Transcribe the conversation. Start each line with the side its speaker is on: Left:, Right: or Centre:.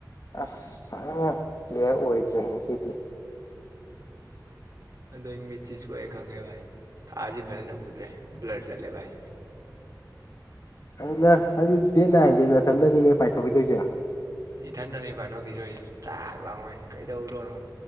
Left: ꯑꯁ ꯐꯖꯅ ꯀ꯭ꯂꯤꯌꯥꯔ ꯑꯣꯏꯗ꯭ꯔꯦꯍꯦ ꯉꯁꯤꯗꯤ
Right: ꯑꯗꯩ ꯃꯤꯠꯁꯤ ꯁꯣꯛꯑꯦ ꯈꯪꯉꯦ ꯚꯥꯏ ꯊꯥꯁꯤ ꯐꯖꯅ ꯎꯗ꯭ꯔꯦ ꯕ꯭ꯂꯔ ꯆꯠꯂꯦ ꯚꯥꯏ
Left: ꯑꯗꯨ ꯅꯪ ꯑꯗꯨꯗꯤ ꯗꯦꯠ ꯅꯥꯏꯟꯖꯦ ꯅꯥꯊꯟꯗꯅꯤꯅꯦ ꯄꯥꯏꯊꯣꯛꯈꯤꯗꯣꯏꯁꯦ
Right: ꯏꯊꯟꯗꯅꯤ ꯄꯥꯏꯊꯣꯛꯈꯤꯗꯣꯏꯖꯦ ꯇ꯭ꯔꯥꯛ ꯂꯥꯏꯃꯩ ꯀꯩꯗꯧꯗꯣꯏꯅꯣ